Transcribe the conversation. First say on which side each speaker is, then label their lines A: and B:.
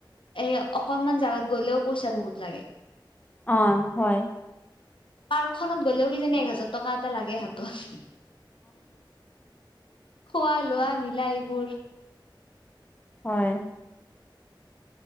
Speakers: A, on the left (about 80°); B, on the left (about 20°).
A: এই অকনমান জাগাত গ'লেও পইচা বহুত লাগে।
B: অ', হয়।
A: পাৰ্কখনত গ'লেও কিজানি এক হাজাৰ টকা এটা লাগে হাতত। খোৱা লোৱা মিলাই এইবোৰ
B: হয়।